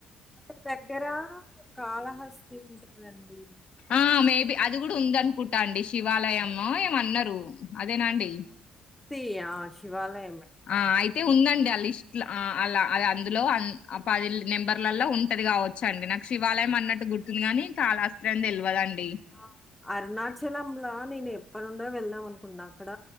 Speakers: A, in the centre; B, on the left.
A: అక్క దగ్గర కాళహస్తి ఉంటుంది అండి
B: ఆ మేబి అది కూడా ఉంద అనుకుంటా అండి శివాలయము ఏమో అన్నారు అదే నా అండి
A: తి ఆ శివాలయం
B: ఆ అయితే ఉందండి ఆ లిస్ట్ అలా అది అందులో పది నెంబర్లలో ఉంటది కావచ్చు అండి నాకు శివాలయం అన్నట్టు గుర్తుంది కాని కాలాస్త్రయం తెలియదండి
A: ఆ అరుణాచలంలా నేను ఎప్పడి నుండో వెళ్దాం అనుకున్నా. అక్కడ